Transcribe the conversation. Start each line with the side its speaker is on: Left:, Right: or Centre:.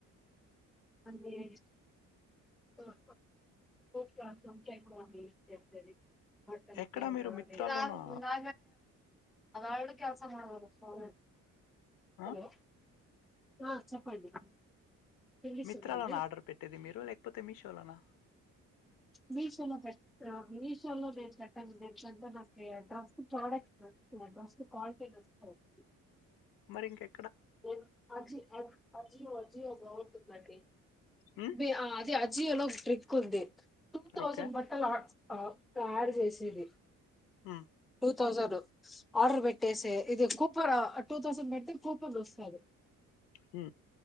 Centre: అంటే ఎక్కువ ప్రాస ఎక్కువస్తుది హోల్
Left: ఎక్కడ మీరు మిత్రాలోనా?
Centre: నా అళ్ కల్సమాాల స్వా హలో
Left: ఆ!
Centre: ఆ చెప్పండి వినిపిస్తుందండి
Left: మిత్రాలో నా ఆర్డర్ పెట్టేది మీరు లేకపోతే మీషోలోనా
Centre: మీషోలో పెట్టా మీషోలో నేను పెట్టను నేన్ నాకు డ్రస్ట్ ప్రోడక్ట్స్ నచ్చవ్ డ్రస్ట్ క్వాలిటీ నచ్చవ్ అసల్కీ
Left: మరింకె
Centre: అ అజి అజియో అజియో బాగుంటుంది అండి
Left: హ్మ్.
Centre: బి ఆ అజి అజియో లో ఒక ట్రిక్ ఉంది. Two తౌసండ్
Left: okay.
Centre: బట్టల్ ఆర్డ్ ఆ కార్డ్ జేసింది
Left: ఆ
Centre: టూ తౌసండ్ ఆర్డర్ పెట్టేసే ఇది కూపర్ టూ తౌసండ్ పెట్టీ కూప్ పన్ వస్తాది
Left: హ్మ